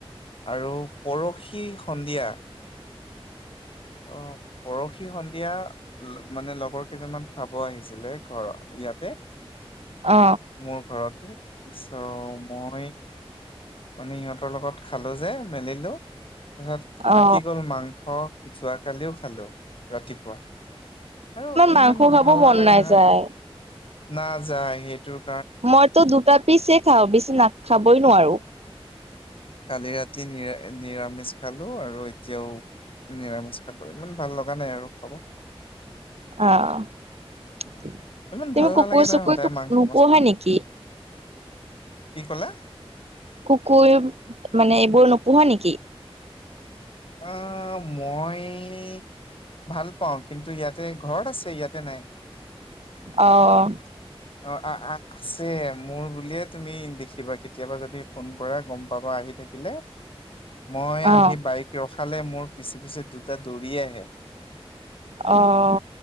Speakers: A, on the left (about 60°); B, on the right (about 85°).
A: আৰু পৰশি সন্ধিয়া অ পৰশি সন্ধিয়া মানে লগৰ কেইজনমান খাব আহিছিলে ঘৰ ইয়াতে
B: অ।
A: মোৰ ঘৰতে চ' মই- মানে ইহঁতৰ লগত খালো যে মেলিলো- তাৰপাচত থাকি
B: অ
A: গ'ল মাংস যোৱাকালিও খালো ৰাতিপুৱা। আৰু
B: মাংস
A: ইমান
B: খাব
A: ভাল
B: মন
A: নালাগে
B: নাযায়
A: নহয়, নাযায় সেইটো-
B: মইতো দুটা পিচে খাওঁ, বেছি না খাবই নোৱাৰো।
A: কালি ৰাতি নিৰা নিৰামিষ খালো আৰু এতিয়াও- নিৰামিষ খালোঁ, ইমান ভাল লগা নাই আৰু খাব।
B: আহ' তুমি
A: ইমান ভাল নালাগে
B: কুকুৰ-চুকুৰটো
A: নহয় সদায় মাংস
B: নোপোহা
A: মাছ মাংস
B: নেকি?
A: কি ক'লা?
B: কুকুৰ মানে এইবোৰ নোপোহা নেকি?
A: অঁ, মই- ভাল পাওঁ কিন্তু ইয়াতে ঘৰত আছে ইয়াতে নাই।
B: অঁ।
A: <unintelligible> অঁ, আছে মোৰ বুলিয়ে তুমি দেখিবা কেতিয়াবা যদি ফোন কৰা গম পাবা আহি থাকিলে। মই
B: অ অ
A: আহি বাইক ৰখালে মোৰ পিছে পিছে দুটা দৌৰি আহে।
B: অঁ,